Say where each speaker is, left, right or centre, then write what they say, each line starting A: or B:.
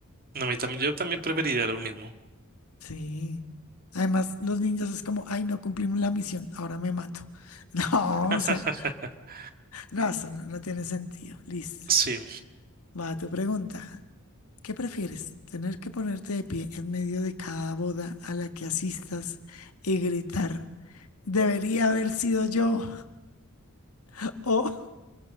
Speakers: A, on the right; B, on the left.
A: No, A mí también, yo también preferiría lo mismo.
B: Sí. Además, los niños es como, ay, no cumplimos la misión, ahora me mato. <laughs> No,
A: <laughs>
B: o sea, no, eso no, no tiene sentido. Listo.
A: Sí.
B: Va tu pregunta. ¿Qué prefieres? ¿Tener que ponerte de pie en medio de cada boda a la que asistas y gritar, debería haber sido yo? <laughs> ¿O